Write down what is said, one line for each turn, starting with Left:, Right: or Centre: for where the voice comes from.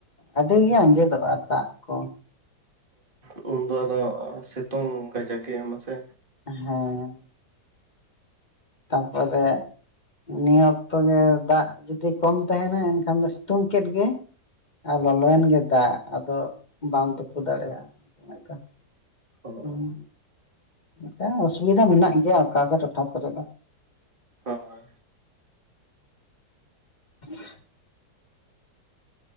Left: ᱟᱹᱰᱤ ᱜᱮ ᱟᱸᱡᱮᱫᱚᱜᱼᱟ, ᱫᱟᱜ ᱠᱚ᱾ <unintelligible>
Right: ᱩᱱᱫᱚ ᱟᱫᱚ ᱥᱤᱛᱩᱝ ᱠᱟᱡᱟᱠ ᱜᱮ ᱢᱟᱥᱮ
Left: <inaudible> ᱛᱟ ᱯᱚᱨᱮ ᱱᱤᱭᱟᱹ ᱚᱠᱛᱚ ᱜᱮ ᱫᱟᱜ ᱡᱩᱫᱤ ᱠᱚᱢ ᱛᱟᱦᱮᱱᱟ᱾ ᱮᱱᱠᱷᱟᱱ ᱫᱚ ᱥᱤᱛᱩᱝ ᱠᱮᱫ ᱜᱮ ᱟᱨ ᱞᱚᱞᱚᱭᱮᱱ ᱜᱮ ᱫᱟᱜ ᱟᱫᱚ ᱵᱟᱢ ᱛᱩᱯᱩ ᱫᱟᱲᱮᱭᱟᱜᱼᱟ᱾ <unintelligible>
Right: ᱦᱳᱭ
Left: <inaudible> ᱱᱚᱝᱠᱟ ᱚᱥᱩᱵᱤᱫᱷᱟ ᱢᱮᱱᱟᱜ ᱜᱮᱭᱟ ᱚᱠᱟ <unintelligible> ᱴᱚᱴᱷᱟ ᱠᱚᱨᱮ ᱫᱚ᱾
Right: ᱦᱳᱭ
Left: <unintelligible>